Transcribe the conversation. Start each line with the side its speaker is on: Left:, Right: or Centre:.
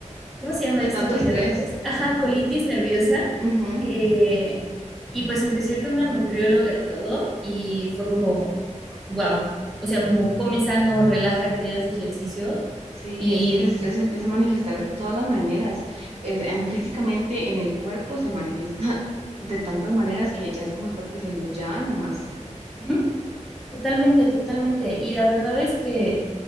Centre: ¿cómo se llama
Right: De
Centre: esto
Right: tanto
Centre: que
Right: estrés.
Centre: le da a todos? Ajá, colitis nerviosa.
Right: Ujú.
Centre: Eh, y pues empecé a ir con una nutrióloga y todo, y fue como, wow. O sea, como come sano, relájate, haz ejercicio.
Right: Sí,
Centre: Y
Right: es que el estrés se empieza a manifestar de todas las maneras. Es- en, físicamente en el cuerpo se manifiesta <laughs> de tantas maneras que ya es como el cuerpo diciendo, ya no más.
Centre: ujú, totalmente, totalmente. Y la verdad es que,